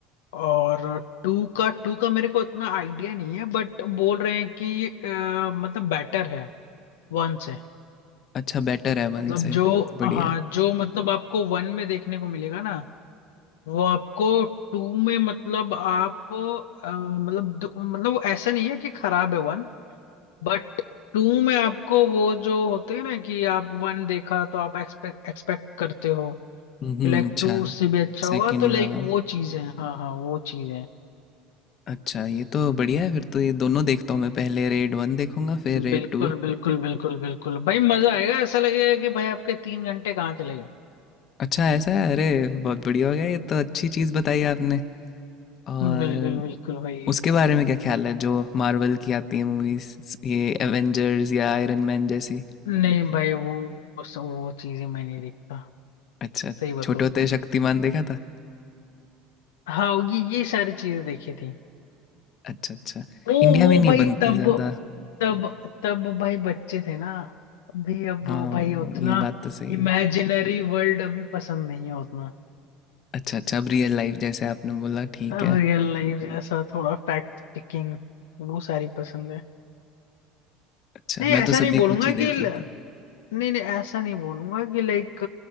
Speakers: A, on the left (about 85°); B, on the left (about 45°).
A: और टू का टू का मेरे को इतना आइडिया नहीं है बट बोल रहे हैं कि अ, मतलब बेटर है वन से
B: अच्छा बेटर है वन
A: मतलब
B: से
A: जो
B: बढ़िया
A: हाँ
B: है
A: जो मतलब आपको वन में देखने को मिलेगा ना वो आपको टू में मतलब आप अ, मतलब दो- मतलब वो ऐसा नहीं है कि खराब है वन बट टू में आपको वो जो होते हैं ना कि आप वन देखा तो आप एक्सपेक्ट एक्सपेक्ट करते हो
B: हम्म हम्म,
A: कि लाइक
B: अच्छा
A: टू उससे भी अच्छा होगा
B: सेकंड
A: तो लाइक
B: हाँ
A: वो चीज है हाँ हाँ वो चीज है
B: अच्छा, ये तो बढ़िया है फिर तो ये दोनों देखता हूँ मैं पहले रेड वन देखूंगा फिर रेड
A: बिल्कुल
B: टू
A: बिल्कुल बिल्कुल बिल्कुल भाई मजा आएगा ऐसा लगेगा कि भाई आपके तीन घंटे कहाँ चले गए
B: अच्छा ऐसा है अरे बहुत बढ़िया हो गया ये तो अच्छी चीज़ बताई आपने और
A: बिल्कुल बिल्कुल भाई
B: उसके बारे में क्या ख्याल है जो मार्वल की आती है मूवीज ये एवेंजर्स या आयरन मैन जैसी
A: नहीं भाई वो वो, वो चीजें मैं नहीं देखता
B: अच्छा
A: सही बताओ
B: छोटे होते
A: तो
B: शक्तिमान देखा था
A: हाँ ये ये सारी चीजें देखी थी
B: अच्छा अच्छा
A: ओ
B: इंडिया
A: वो
B: में नहीं
A: भाई
B: बनती
A: तब
B: ज़्यादा
A: तब तब भाई बच्चे थे ना अभी अब
B: हाँ
A: भाई उतना
B: ये बात तो सही
A: इमेजिनरी
B: है
A: वर्ल्ड अभी पसंद नहीं है उतना
B: अच्छा अच्छा अब रियल लाइफ जैसे आपने बोला ठीक
A: रियल
B: है
A: लाइफ जैसा थोड़ा फैक्ट चेकिंग वो सारी पसंद है
B: अच्छा
A: नहीं
B: मैं
A: ऐसा
B: तो सभी
A: नहीं बोलूंगा
B: कुछ ही देख
A: कि
B: लेता हूँ।
A: नहीं नहीं ऐसा नहीं बोलूंगा कि लाइक